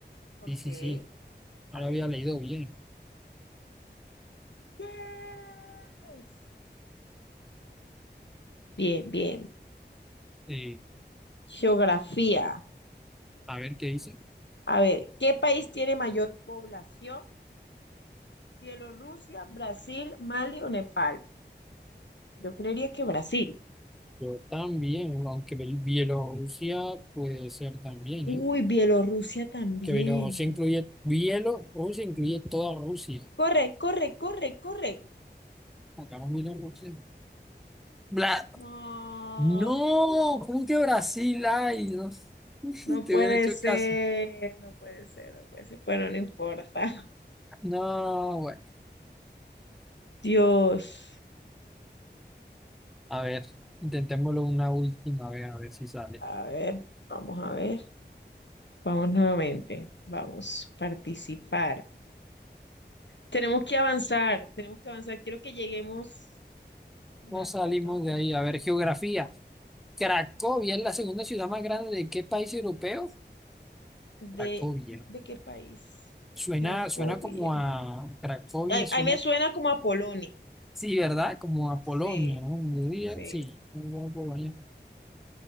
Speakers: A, on the left; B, in the centre.
A: Ok,
B: Sí, sí, sí. Ahora
A: a ver.
B: había leído bien.
A: Yes. Bien, bien.
B: Eh,
A: Geografía.
B: a ver qué dice.
A: A ver, ¿qué país tiene mayor población? Bielorrusia, Brasil, Mali o Nepal. Yo creería que Brasil.
B: Yo también, aunque Bel- Bielorrusia puede ser también,
A: Uy,
B: ¿eh?
A: Bielorrusia también.
B: Que Bielorrusia incluye, Bielorrusia incluye toda Rusia.
A: Corre, corre, corre, corre.
B: Acabamos Bielorrusia. Bla-
A: No,
B: no, ¿cómo que Brasil hay? No, <laughs>
A: no
B: te
A: puede
B: hubiera hecho
A: ser,
B: caso.
A: no puede ser, no puede ser. Bueno, no importa. <laughs>
B: No, bueno.
A: Dios.
B: A ver, intentémoslo una última vez, a ver si sale.
A: A ver, vamos a ver. Vamos nuevamente. Vamos, participar. Tenemos que avanzar, tenemos que avanzar. Quiero que lleguemos más,
B: No salimos
A: más, más lejos.
B: de ahí. A ver, geografía. Cracovia es la segunda ciudad más grande de qué país europeo?
A: ¿De,
B: Cracovia.
A: de qué país?
B: Suena,
A: Cracovia.
B: suena como a Cracovia,
A: Ay,
B: suena,
A: ay, me suena como a Polonia.
B: sí, ¿verdad? Como a Polonia,
A: Sí,
B: ¿no? Yo diría,
A: sí.
B: sí, yo digo a Polonia.